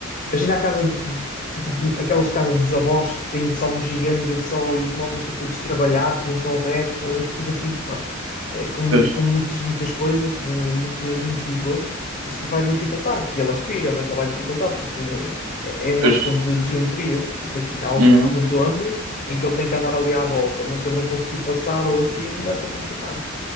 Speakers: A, on the left; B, on the right.
A: Imagina a casa, de- tipo, de- aquelas casas dos avós que têm só os gigantes só, e os móveis são todos trabalhados, não são retos, estás a ver? Tudo assim, pronto. Eh, com,
B: Pois,
A: com muitas, muitas coisas, de muitas, muitos bibelôs. Isso vai dificultar. E ele aspira, mas ele vai dificultar, porque é é uma
B: pois,
A: questão de, de geometria. Imagina algo
B: uhum,
A: redondo em que ele tem que andar ali à volta, mas se ele não conseguir passar ou assim, vai ser complicado.